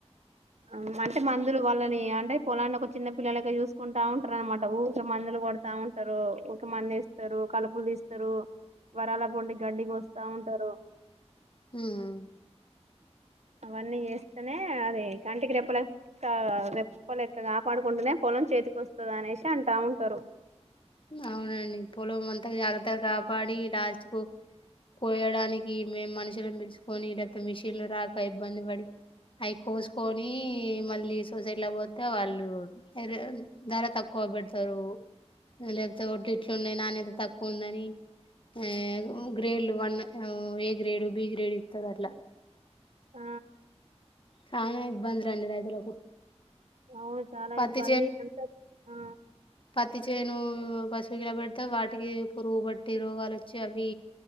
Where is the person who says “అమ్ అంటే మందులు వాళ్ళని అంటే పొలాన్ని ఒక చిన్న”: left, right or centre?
Right